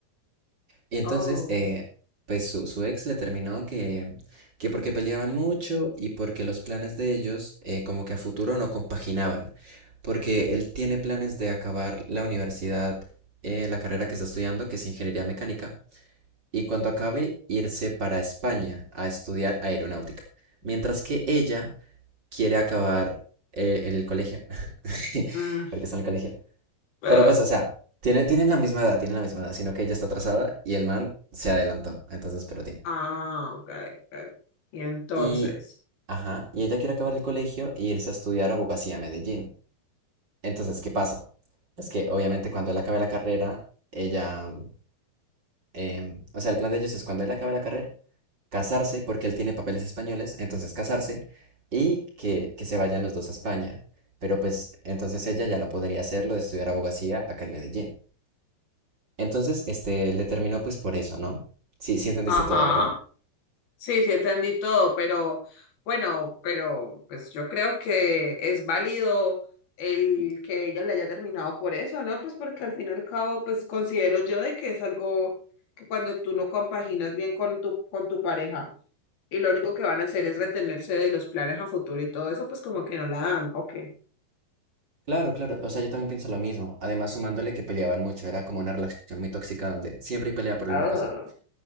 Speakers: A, on the right; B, on the left.
A: Y entonces,
B: oh.
A: eh, pues su, su ex le terminó que, que porque peleaban mucho y porque los planes de ellos eh, como que a futuro no compaginaban, porque él tiene planes de acabar la universidad, eh, la carrera que está estudiando, que es ingeniería mecánica, y cuando acabe irse para España a estudiar aeronáutica, mientras que ella quiere acabar eh, el colegio, <laughs>
B: mm,
A: porque está en el colegio,
B: ah,
A: pero pues, o sea, tiene, tienen la misma edad, tienen la misma edad, sino que ella está atrasada y el man se adelantó. Entonces, pero tiene.
B: ah, ok, ok. Y entonces,
A: Y, ajá, y ella quiere acabar el colegio e irse a estudiar abogacía a Medellín. Entonces, ¿qué pasa? Es que obviamente cuando él acabe la carrera, ella, em, o sea, el plan de ellos es cuando él acabe la carrera, casarse, porque él tiene papeles españoles, entonces casarse y que, que se vayan los dos a España. Pero pues, entonces ella ya no podría hacerlo de estudiar abogacía acá en Medellín. Entonces, este, le terminó pues por eso, ¿no? Sí, sí entendiste
B: ajá.
A: todo, ¿verdad?
B: Sí, sí entendí todo, pero bueno, pero pues yo creo que es válido el que ella le haya terminado por eso, ¿no? Pues porque al fin y al cabo, pues considero yo de que es algo que cuando tú no compaginas bien con tu, con tu pareja y lo único que van a hacer es retenerse de los planes a futuro y todo eso, pues como que no la dan. Ok.
A: Claro, claro, o sea, yo también pienso lo mismo. Además, sumándole que peleaban mucho, era como una relación muy tóxica donde siempre hay pelea por alguna
B: Ah,
A: cosa.